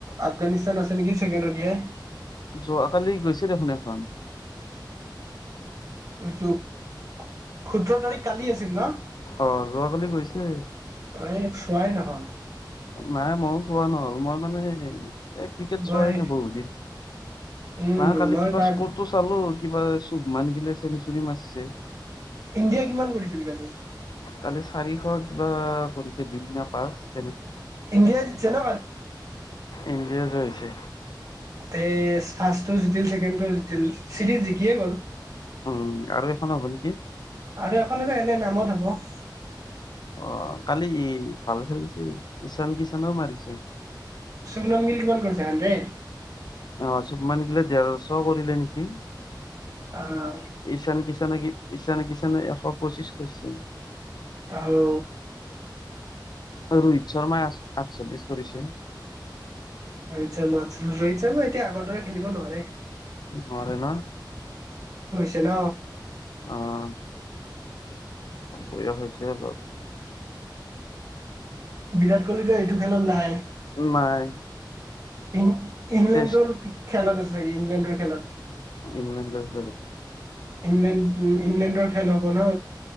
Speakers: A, on the right; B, on the left.
A: আফগানিস্তান আছে নেকি, ছেকেণ্ড অ' ডি আই?
B: যোৱাকালি গৈছে দেখোন এখন।
A: সোত, সোতৰ তাৰিখ কালি আছিল ন?
B: অ যোৱাকালি গৈছে,
A: এই চোৱাই নহল
B: নাই ময়ো চোৱা নহ'ল, মই মানে এই ক্ৰিকেট
A: মই
B: চোৱাই নাই বহুত দিন।
A: উম
B: নহ কালি
A: মই
B: কিবা
A: কাক
B: স্কোৰটো চালোঁ। কিবা চুভমান গিলে চেনচুুৰী মাৰছে।
A: ইণ্ডিয়া কিমান কৰিছিল কালি?
B: কালি চাৰিশ কিবা কৰিছে দুইনা পাচ তেনেকে।
A: ইণ্ডিয় জিতছে ন?
B: ইণ্ডিয়া জয় হৈছে।
A: তে ফাৰ্ষ্টো জতিল ছেকেণ্ডটোও জতিল, চিৰিজ জিকিয়ে গ'ল।
B: উম আৰু এখন হ'ব নেকি?
A: আৰু এখন আৰু এনে নামত হ'ব।
B: আহ কালি ই ভাল খেলিছে, ঈশান কিষণেও মাৰিছে।
A: চুবনম গিল কমান কৰিছে? হানড্ৰেড?
B: আহ চুবমান গিলে ডেৰশ কৰিলে নেকি।
A: আহ
B: ঈশান কিষানে কি, ঈশান কিছানে এশ পঁচিছ কেৰচে।
A: আৰু
B: ৰোহিত শৰ্মাই আঠচল্লিছ কৰিছে।
A: ৰোহিত শৰ্মা আছিল, ৰোহিত শৰ্মা এতিয়া আগৰ দৰে খেলিব নোৱাৰে।
B: মাৰে ন?
A: তে ন!
B: অ'হ! বৈয়া হৈছে অলপ।
A: বিৰাট কোহলি ত' এইটো খেলত নাই।
B: নাই।
A: ই, ইংলেণ্ডৰ
B: টেষ্ট
A: খেলত আছে নেি ইংলেণ্ডৰ খেলত।
B: ইংলেছ।
A: ইংলেণ্ড ইংলেণ্ডৰ খেল হব ন